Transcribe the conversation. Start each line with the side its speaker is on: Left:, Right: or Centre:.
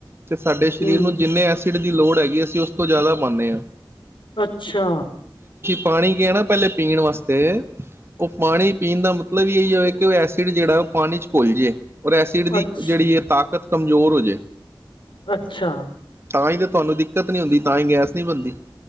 Right: ਤੇ ਸਾਡੇ ਸਰੀਰ
Left: ਹੂੰ
Right: ਨੂੰ ਜਿੰਨੇ ਐਸ਼ ਦੀ ਲੋੜ ਹੈਗੀ ਅਸੀਂ ਉਸ ਤੋਂ ਜ਼ਿਆਦਾ ਪਾੰਨੇ ਆ।
Left: ਅੱਛਾ।
Right: ਪਾਣੀ ਗਿਆ ਨਾ ਪਹਿਲੇ ਪੀਣ ਵਾਸਤੇ ਉਹ ਪਾਣੀ ਪੀਣ ਦਾ ਮਤਲਬ ਇਹੀ ਹੋਵੇ ਕਿ ਉਹ ਐਸ ਸੜਿਹੜਾ ਉਹ ਪਾਣੀਚ ਭੁੱਲ ਜੇ ਔਰ ਐਸਿਡ ਦੀ
Left: ਅੱਛਾ
Right: ਜਿਹੜੀ ਹੈ ਤਾਕਤ ਜ਼ੋਰ ਹੋਜ
Left: ਅੱਛਾ
Right: ਤਾਂ ਹੀ ਤੇ ਤੁਹਾਨੂੰ ਦਿੱਕਤ ਨਹੀਂੀ ਹੁੰਦੀ ਤਾਂ ਹੀ ਗੈਸ ਨਹੀਂ ਬਣਦੀ